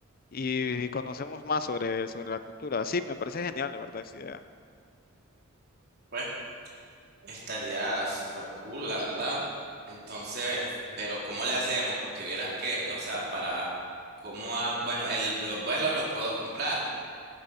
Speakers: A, on the left; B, on the right.
A: y, y conocemos más sobre, sobre la cultura. Sí, me parece genial, la verdad, esa idea.
B: Pues Estaría súper cool, la verdad. Entonces, pero ¿cómo le hacemos? Porque vieras que, o sea, para cómo ha- bueno, el, los vuelos los puedo comprar.